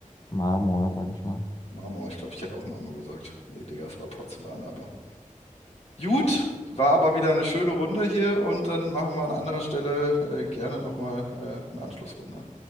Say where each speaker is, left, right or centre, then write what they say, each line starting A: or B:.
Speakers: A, on the left; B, on the left.
A: Marmor, sage ich mal.
B: Marmor, ich glaube, ich hätte auch Marmor gesagt. Nee, Digga, es war Porzellan, aber. Gut, war aber wieder eine schöne Runde hier und dann machen wir an anderer Stelle äh, gerne nochmal äh, eine Anschlussrunde.